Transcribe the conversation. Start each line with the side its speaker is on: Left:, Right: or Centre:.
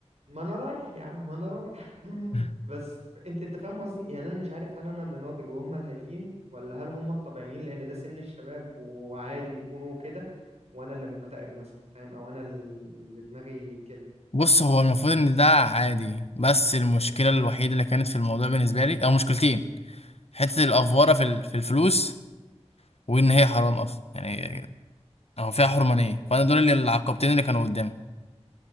Right: ما انا رايح يا عم ما انا رايح <laughs>
Left: <laughs>
Right: بس انت انت فاهم قصدي يعني انا مش عارف هل انا اللي ناضج وهم الهايفين ولا هل هم الطبيعيين لان ده سن الشباب وعادي يكونوا كده وانا اللي مكتئب مثلا فاهم او انا اللي دماغي كده
Left: بص هو المفروض ان ده عادي بس المشكله الوحيده اللي كانت في الموضوع بالنسبه لي او مشكلتين حته الافوره في ال- في الفلوس وان هي حرام اصلا يعني أو فيها حرمانية فأنا دول اللي العقبتين اللي كانوا قدامي